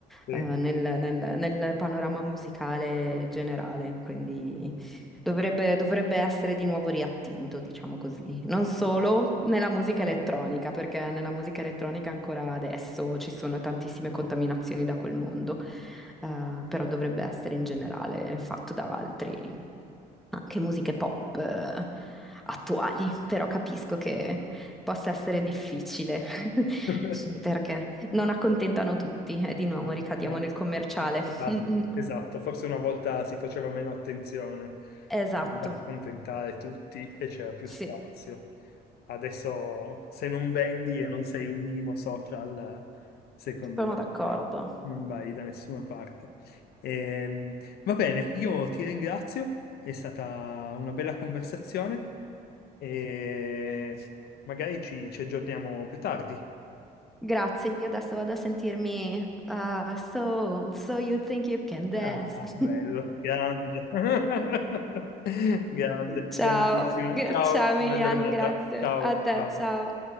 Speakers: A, on the left (about 70°); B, in the centre.
A: sì.
B: eh, nel nel- nel panorama musicale generale. Quindi. Dovrebbe, dovrebbe essere di nuovo riattinto, diciamo così. Non solo nella musica elettronica, perché nella musica elettronica ancora adesso ci sono tantissime contaminazioni da quel mondo, eh, però dovrebbe essere in generale fatto da altri, anche musiche pop, eh, attuali. Però capisco che possa essere difficile, <laughs>
A: <laughs>
B: perché non accontentano tutti e di nuovo
A: No,
B: ricadiamo
A: no.
B: nel commerciale.
A: Esatto,
B: Mm, mm.
A: esatto. Forse una volta si faceva meno attenzione
B: Esatto,
A: ad accontentare tutti e c'era più
B: sì.
A: spazio. Adesso se non vendi e non sei un minimo social, secondo
B: Sono
A: me
B: d'accordo.
A: eh, non vai da nessuna parte. Ehm, va bene, io ti ringrazio, è stata una bella conversazione e magari ci ci aggiorniamo più tardi.
B: Grazie, io adesso vado a sentirmi uh, So, So You Think You Can Dance.
A: Ah,
B: <laughs>
A: bello, grande. <laughs> Grande,
B: Ciao,
A: grandissima.
B: Gra-
A: Ciao,
B: ciao
A: buona
B: Emiliano,
A: giornata.
B: grazie
A: Ciao,
B: a te,
A: ciao.
B: ciao.